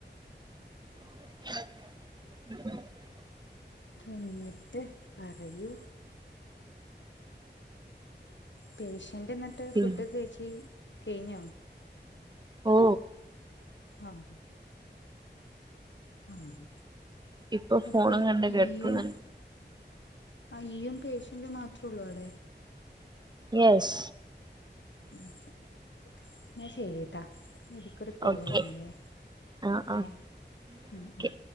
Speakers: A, on the right (about 25°); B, on the left (about 80°).
A: ഉം
B: എന്നിട്ട് പറയൂ പേഷ്യന്റ് എന്നിട്ട്
A: പി
B: ഫുഡ്ക്കെ കഴച്ചി കഴിഞ്ഞോ
A: ഓ
B: ആഹ് ആഹ്
A: ഇപ്പൊ
B: അപ്പൊ
A: ഫോണും കണ്ട് കെടക്കുന്നുണ്ട്
B: ഇയ്യും ആ ഇയ്യും പേഷ്യന്റും മാത്രൊള്ളോ അടെ
A: യെസ്
B: ഓക്കെ ന്നാ ശെരി ട്ടൊ ഇത്ക്കൊരു കോള്
A: ഓക്കെ
B: വെര്ണ്ട്
A: ആ
B: ഓക്കെ
A: ആ
B: ഉം
A: ഓക്കെ
B: ഉം